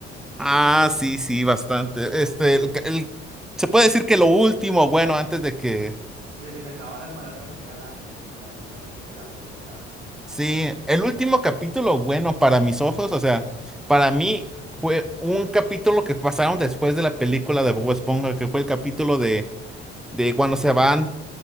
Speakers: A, in the centre; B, on the right.
A: Ah, sí, sí, bastante. Este, el- el- se puede decir que lo último, bueno, antes de que...
B: De que se acabara el maratón era la película precisamente que la proyectaban.
A: Sí, el último capítulo, bueno, para mis ojos, o sea, para mí fue un capítulo que pasaron después de la película de Bob Esponja, que fue el capítulo de, de cuando se van